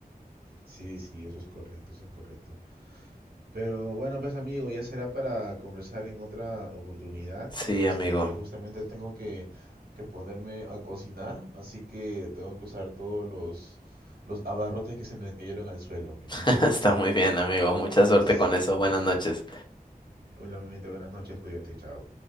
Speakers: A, on the right (about 85°); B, on the left (about 30°).
A: Sí, sí, eso es correcto, eso es correcto. Pero bueno, pues amigo, ya será para conversar en otra oportunidad.
B: Sí,
A: Este,
B: amigo.
A: justamente tengo que, que ponerme a cocinar, así que tengo que usar todos los, los abarrotes que se me cayeron al suelo, amigo.
B: <laughs> Está muy bien, amigo. Mucha suerte
A: Sí.
B: con eso. Buenas noches.
A: Obviamente, buenas noches, cuídate, chao.